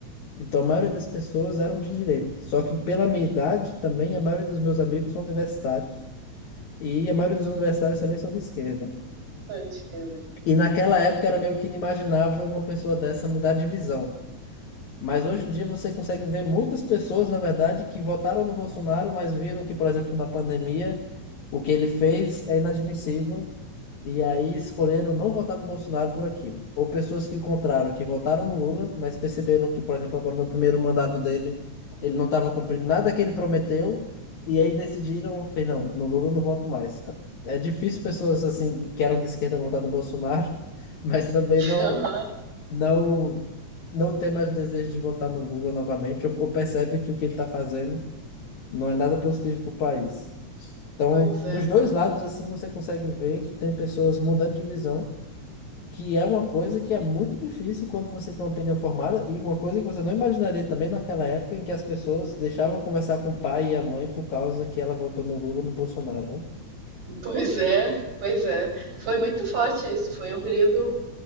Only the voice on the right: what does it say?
Sou de esquerda.
<laughs>
Aham,
Pois é.
Pois é. Pois é. Foi muito forte isso. Foi um período